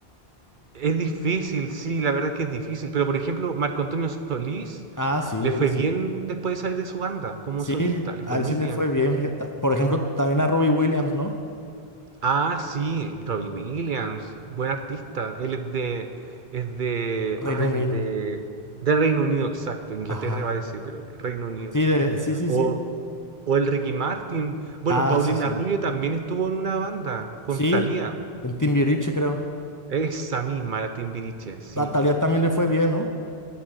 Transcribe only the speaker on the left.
Ah, sí,
él
sí.
Sí,
a
él
sí le
fue bien, fíjate. Por ejemplo, también a Robbie Williams, ¿no?
Reino
Unido.
Ajá.
Sí, de, sí, sí,
sí.
Ah,
sí, sí.
Sí,
en Timbiriche, creo.
A Thalía también le fue bien, ¿no?